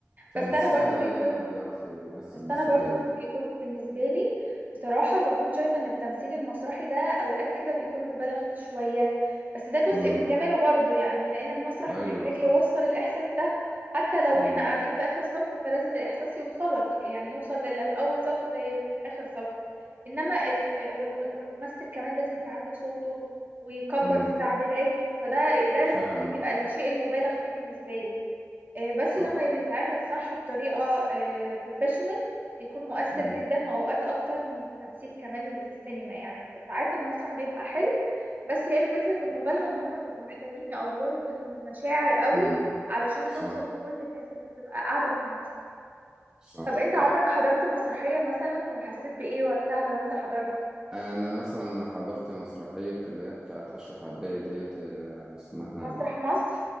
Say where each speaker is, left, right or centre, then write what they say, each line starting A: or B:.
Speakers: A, on the right (about 15°); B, on the right (about 35°).
A: فمش
B: بس انا
A: سهل
B: برضو
A: أي
B: بيكون
A: حد يعرف يمثل
B: بس
A: مسرحية
B: انا برضو ف- بيكون بالنسبه لي بصراحه بكون شايفه ان التمثيل المسرحي ده اوقات كده بيكون مبالغ فيه شويه بس ده جزء
A: امم
B: من جماله برضو يعني لان المسرح
A: أيوه
B: محتاج
A: صح
B: يوصل الاحساس ده حتى لو
A: امم
B: احنا قاعدين في اخر صف فلازم الاحساس يوصلك يعني يوصل للي في اول صف زي في اخر صف انما ال... والم... والممثل كمان لازم يعلي صوته ويكبر
A: امم
B: في تعبيراته فده ده اللي
A: فعلا
B: ممكن يبقى الشيء المبالغ فيه بالنسبه لي آه، بس
A: صح
B: لما بيتعامل صح وبطريقة بروفيشنال بيكون مؤثر
A: امم
B: جدا وأوقات أكتر من التمثيل كمان اللي في السينما يعني فساعات المسرح بيبقى حلو بس هي الفكرة في المبالغة إن هما بيبقوا محتاجين يأفوروا في المشاعر قوي
A: امم
B: علشان
A: صح
B: توصل لكل الناس اللي بتبقى قاعدة في المسرح
A: صح
B: طب أنت
A: صح
B: عمرك حضرت مسرحية مثلا وحسيت بإيه وقتها لو أنت حضرت
A: انا مثلا حضرت مسرحيه اللي هي بتاعت اشرف عباية ديت آه، اسمها
B: مسرح مصر؟